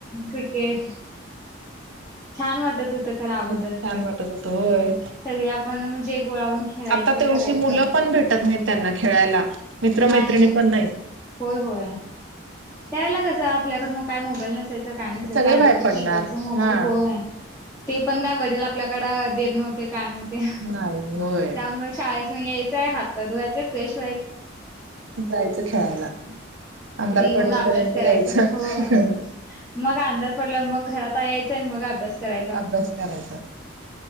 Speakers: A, on the left; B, on the right.
A: क्रिकेट. छान वाटत होत खरं अगोदरच
B: छान वाटत होत होय
A: सगळे आपण म्हणजे गोळावून खेळायचं
B: आता तेवढशी
A: करायचं
B: मुलं पण भेटत नाहीत त्यांना खेळायला मित्रमैत्रिणी
A: नाही नाही
B: पण नाहीत
A: होय होय. त्त्यावेळेला कसं आपल्याकडे मग काय मोबाईल नसा. काय नसायच
B: सगळे
A: आधीच
B: बाहेर
A: तो
B: पडणार
A: कीपॅडचा मोबाईल
B: हा
A: होय. ते पण काय वडील आपल्याकडे देत नव्हते काय नव्हते
B: नाही होय
A: त्यामुळे शाळेस. न यायचंय हात पाय धुवायचंय फ्रेश.
B: जायचं खेळायला अंधार
A: होऊन
B: पडेपर्यंत
A: अभ्यास करायच
B: यायचं
A: होय मग अंधार पडल्यावर मग घरात यायचं आणि मग अभ्यास. करायचा
B: अभ्यास करायचा